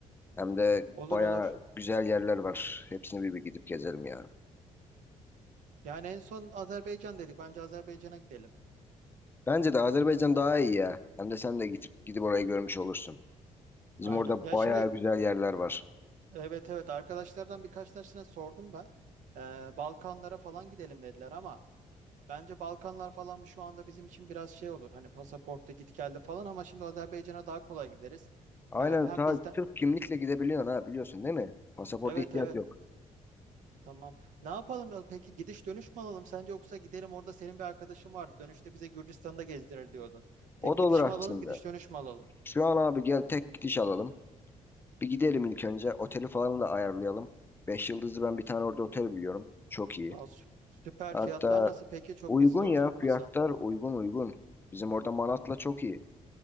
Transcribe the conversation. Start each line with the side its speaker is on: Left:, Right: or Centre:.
Left: Hem de
Right: Olur
Left: baya
Right: olur.
Left: güzel yerler var. Hepsini bir bir gidip gezelim ya.
Right: Yani en son Azerbaycan dedik. Bence Azerbaycan'a gidelim.
Left: Bence de Azerbaycan daha iyi ya. Hem de sen de gidip gidip orayı görmüş olursun. Bizim
Right: Aynen.
Left: orada
Right: Ya
Left: baya
Right: şimdi
Left: güzel yerler var.
Right: evet evet arkadaşlardan birkaç tanesine sordum ben. E, Balkanlara falan gidelim dediler ama bence Balkanlar falan şu anda bizim için biraz şey olur. Hani pasaportta git geldi falan ama şimdi Azerbaycan'a daha kolay gideriz.
Left: Aynen
Right: E, hem
Left: sadece
Right: bizden
Left: Türk kimlikle gidebiliyorsun ha biliyorsun değil mi? Pasaporta
Right: Evet
Left: ihtiyaç
Right: evet
Left: yok.
Right: Tamam. Ne yapalım ya? Peki gidiş dönüş mü alalım sence yoksa gidelim orada senin bir arkadaşın var. Dönüşte bize Gürcistan'da gezdirir diyordun. Tek
Left: O da
Right: gidiş
Left: olur aslında.
Right: mi alalım, gidiş dönüş mü alalım?
Left: Şu an abi gel tek gidiş alalım. Bir gidelim ilk önce. Oteli falan da ayarlayalım. Beş yıldızlı ben bir tane orada otel biliyorum. Çok iyi.
Right: Aa, sü- süper.
Left: Hatta
Right: Fiyatlar nasıl? Peki çok
Left: uygun
Right: bizi zora
Left: ya
Right: sokmasa.
Left: fiyatlar uygun uygun. Bizim orada Manat'la çok iyi.